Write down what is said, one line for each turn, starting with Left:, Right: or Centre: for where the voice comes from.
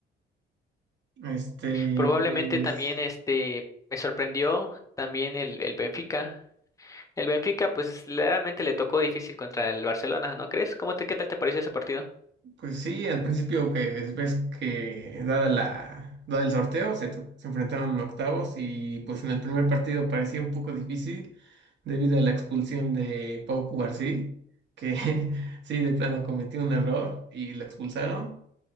Right: Este,
Left: Probablemente
Right: pues,
Left: también este me sorprendió también el, el Benfica. El Benfica, pues realmente le tocó difícil contra el Barcelona, ¿no crees? ¿Cómo te, qué tal te pareció ese partido?
Right: pues sí, al principio pues, ves que dada la, dada el sorteo, se, to- se enfrentaron en octavos y pues en el primer partido parecía un poco difícil debido a la expulsión de Pau Cubarsí, que <laughs> sí, de plano cometió un error y lo expulsaron.